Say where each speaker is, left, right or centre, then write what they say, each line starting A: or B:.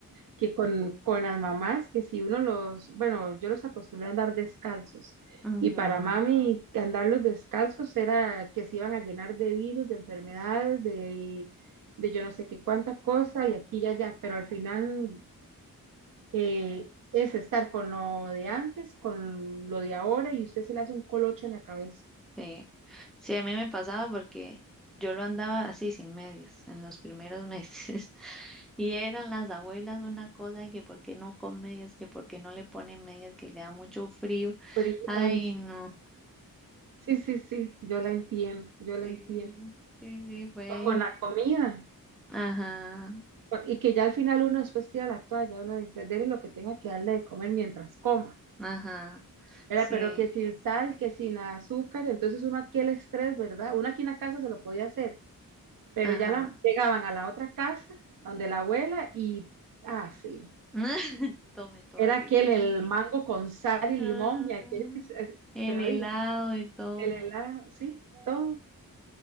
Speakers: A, on the right; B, in the centre.
A: que con, con las mamás, que si uno los, bueno, yo los acostumbré a andar descalzos.
B: Ujú,
A: Y para mami, andarlos descalzos era que se iban a llenar de virus, de enfermedades, de, de yo no sé qué cuánta cosa, y aquí y allá. Pero al final eh, es estar con lo de antes, con lo de ahora, y usted se le hace un colocho en la cabeza.
B: sí. Sí, a mí me pasaba porque yo lo andaba así sin medias en los primeros meses <laughs> y eran las abuelas una cosa de que por qué no con medias, que por qué no le ponen medias, que le da mucho frío.
A: Pero,
B: Ay,
A: ay,
B: no.
A: sí, sí, sí, yo la entiendo, yo
B: Sí,
A: la entiendo.
B: sí, sí, fue ahí.
A: O Con la comida,
B: Ajá,
A: por- Y que ya al final uno después tira la toalla, uno dice, dele lo que tenga que darle de comer mientras coma,
B: ajá,
A: ¿verdad?
B: sí,
A: Pero que sin sal, que sin azúcar, entonces uno aquí el estrés, ¿verdad? Uno aquí en la casa se lo podía hacer, pero
B: ajá.
A: ya la, llegaban a la otra casa, donde la abuela, y, ah, sí,
B: <laughs> Tome todo
A: era
B: lo
A: aquel
B: que quiera.
A: el mango con sal y
B: Ah,
A: limón, y aquello, es- es-
B: el
A: pero
B: helado
A: dije,
B: y todo.
A: el helado, sí, todo,